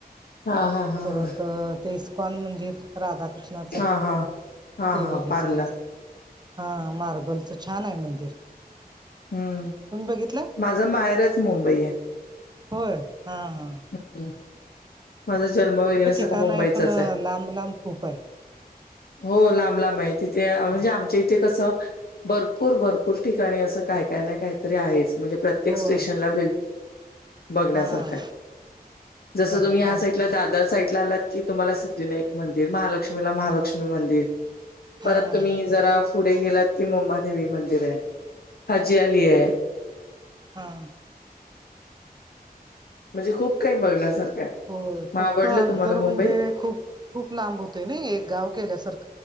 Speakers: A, on the left; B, on the right.
A: हा हा हा
B: परत
A: हा
B: ते इस्कन मंदिर. राधाकृष्णाचं
A: हा हा हा हा
B: ते
A: हा
B: बघितलं.
A: पार्ला
B: हा मार्बलचं छान आहे. मंदिर
A: हम्म
B: तुम्ही बघितलंय?
A: माझं माहेरच मुंबई आहे.
B: होय हा हा.
A: हा माझा जन्म वगैरे सगळं
B: ठिकाण
A: मुंबईचाच
B: पण
A: आहे.
B: लांब लांब खूप आहे
A: हो लांब लांब आहे, तिथे म्हणजे
B: हो
A: आमच्या इथे कसं. भरपूर भरपूर ठिकाणी असं काय काय ना काहीतरी आहे म्हणजे प्रत्येक
B: होय
A: स्टेशनला बघण्यासारखं
B: हां
A: आहे जस
B: बघायला
A: तुम्ही ह्या
B: आम
A: अदर साईड ला आलात की तुम्हाला सिद्धविनायक मंदिर महालक्ष्मीला महालक्ष्मी मंदिर.
B: हां
A: परत तुम्ही जरा पुढे गेलात की मुब्मादेवी मंदिर आहे. हजी आली आहे.
B: हा
A: म्हणजे खूप काही बघण्यासारखं.
B: हो
A: मग
B: फक्त
A: आवडलं
B: अंतर
A: तुम्हाला मुंबई?
B: म्हणजे खूप खूप लांब होते ना एक गाव केल्यासारखं.